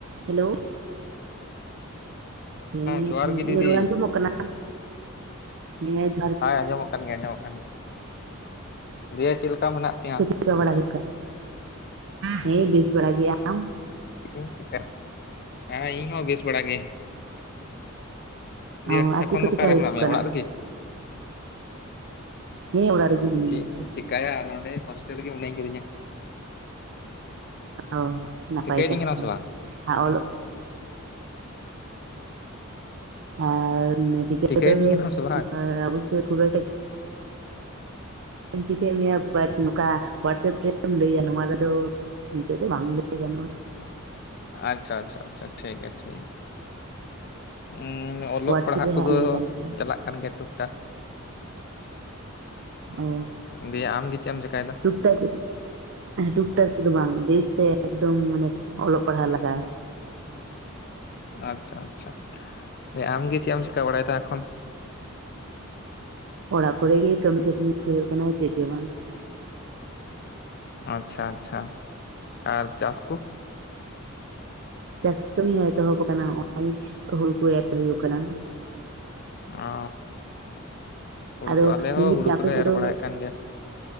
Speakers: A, on the right (about 60°); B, on the left (about 50°).
A: ᱦᱮᱞᱳ ᱦᱮᱸ
B: ᱡᱚᱦᱟᱨ
A: ᱤᱧᱟᱜ
B: ᱜᱮ ᱫᱤᱫᱤ
A: ᱨᱚᱲ ᱟᱸᱡᱚᱢᱚᱜ ᱠᱟᱱᱟ <unintelligible>
B: ᱦᱚᱭ ᱟᱸᱡᱚᱢᱚᱜ ᱠᱟᱱ ᱜᱮᱭᱟ ᱟᱸᱡᱚᱢᱚᱜ ᱠᱟᱱ ᱜᱮᱭᱟ ᱫᱤᱭᱮ ᱪᱮᱫ ᱞᱮᱠᱟ ᱢᱮᱱᱟᱜ ᱢᱮᱭᱟ
A: ᱪᱚ ᱵᱟᱲᱟ ᱦᱩᱭᱩᱜ ᱠᱟᱱᱟ ᱦᱮᱸ ᱵᱮᱥ ᱵᱟᱲᱟ ᱜᱮᱭᱟᱢ
B: ᱪᱮᱫ ᱤᱧ ᱪᱮᱠᱟ ᱦᱮᱸ ᱤᱧ ᱦᱚᱸ ᱵᱮᱥ ᱵᱟᱲᱟ ᱜᱮ ᱫᱤᱭᱮ
A: ᱚ ᱟᱨ
B: ᱮᱠᱷᱚᱱ
A: ᱪᱮᱫ ᱠᱚ
B: ᱫᱚ
A: ᱪᱤᱠᱟ
B: ᱚᱠᱟᱨᱮ
A: ᱦᱩᱭᱩᱜ
B: ᱢᱮᱱᱟᱜ ᱢᱮᱭᱟ
A: ᱠᱟᱱᱟ
B: ᱚᱲᱟᱜ ᱨᱮᱜᱤ
A: ᱦᱮᱸ ᱚᱲᱟᱜ ᱨᱮᱜᱮ ᱢᱤᱱᱟᱹᱧᱟ
B: ᱪᱮ ᱪᱤᱠᱟᱭᱟ ᱱᱚᱰᱮ ᱦᱳᱥᱴᱮᱞ ᱨᱮᱜᱮ ᱢᱤᱱᱟᱹᱧ ᱠᱟᱫᱤᱧᱟ
A: ᱚ ᱱᱟᱯᱟᱭ
B: ᱴᱷᱤᱠᱟᱹᱭᱤᱫᱤᱧ
A: ᱠᱟᱛᱷᱟ
B: ᱠᱟᱱᱟᱢ ᱥᱮ ᱵᱟᱝ
A: ᱚᱞᱚᱜ ᱟᱨ <unintelligible>
B: ᱴᱷᱤᱠᱟᱹᱭᱤᱫᱤᱧ
A: ᱫᱚ
B: ᱠᱟᱱᱟᱢ ᱥᱮ ᱵᱟᱝ
A: ᱚᱵᱚᱥᱮ ᱠᱷᱩᱵ ᱮᱠᱴᱟ ᱴᱷᱤᱠᱟᱹᱭᱮ ᱢᱮᱭᱟ ᱵᱟᱴ ᱱᱚᱠᱟ ᱦᱳᱣᱟᱴᱥᱮᱯ ᱨᱮᱢ ᱞᱟᱹᱭᱟ ᱱᱚᱣᱟ ᱨᱮᱫᱚ ᱱᱤᱛᱚᱜ ᱫᱚ ᱵᱟᱝ ᱞᱟᱹᱭ ᱜᱟᱱᱚᱜᱼᱟ
B: ᱟᱪᱪᱷᱟ ᱟᱪᱪᱷᱟ ᱟᱪᱪᱷᱟ ᱴᱷᱤᱠ ᱜᱮᱭᱟ ᱴᱷᱤᱠ ᱩᱸ ᱚᱞᱚᱜ
A: ᱦᱳᱣᱟᱴᱥᱮᱯ
B: ᱯᱟᱲᱦᱟᱜ
A: ᱨᱮ
B: ᱠᱚᱫᱚ
A: ᱦᱟᱸᱜ ᱞᱟᱹᱭ ᱜᱟᱱᱚᱜᱼᱟ
B: ᱪᱟᱞᱟᱜ ᱠᱟᱱ ᱜᱮᱭᱟ ᱴᱩᱠ ᱴᱟᱠ
A: ᱚ
B: ᱫᱤᱭᱮ ᱟᱢᱜᱮ ᱪᱮᱫ ᱮᱢ ᱪᱮᱠᱟᱭᱮᱫᱟ
A: ᱴᱩᱠ ᱴᱟᱠ ᱦᱮ ᱴᱩᱠ ᱴᱟᱠ ᱛᱮᱫᱚ ᱵᱟᱝ ᱵᱮᱥᱛᱮ ᱮᱠᱫᱚᱢ ᱢᱟᱱᱮ ᱚᱞᱚᱜ ᱯᱟᱲᱦᱟᱜ ᱞᱟᱜᱟ
B: ᱟᱪᱪᱷᱟ ᱟᱪᱪᱷᱟ ᱟᱢᱜᱮ ᱪᱮᱫ ᱮᱢ ᱪᱤᱠᱟ ᱵᱟᱲᱟᱭ ᱫᱟ ᱮᱠᱷᱚᱱ
A: ᱚᱲᱟᱜ ᱠᱚᱨᱮ ᱜᱮ ᱠᱟᱹᱢᱤ ᱠᱟᱥᱱᱤ ᱦᱩᱭᱩᱜ ᱠᱟᱱᱟ ᱪᱮᱫ ᱜᱮ ᱵᱟᱝ
B: ᱟᱪᱪᱷᱟ ᱟᱪᱪᱷᱟ ᱟᱨ ᱪᱟᱥ ᱠᱚ
A: ᱪᱟᱥ ᱠᱟᱹᱢᱤ ᱦᱚᱸ ᱮᱛᱚᱦᱚᱵ ᱠᱟᱱᱟ ᱱᱚᱜ ᱚᱭ ᱦᱩᱲᱩ ᱠᱚ ᱮᱨ ᱦᱩᱭᱩᱜ ᱠᱟᱱᱟ
B: ᱚ ᱦᱩᱲᱩ
A: ᱟᱫᱚ
B: ᱠᱚ ᱟᱞᱮ
A: ᱢᱮᱱᱫᱟᱹᱧ
B: ᱦᱚᱸ ᱦᱩᱲᱩ
A: ᱟᱯᱮ
B: ᱠᱚᱞᱮ
A: ᱥᱮᱫ
B: ᱮᱨ
A: ᱫᱚ
B: ᱵᱟᱲᱟᱭᱮ ᱠᱟᱱ ᱜᱮᱭᱟ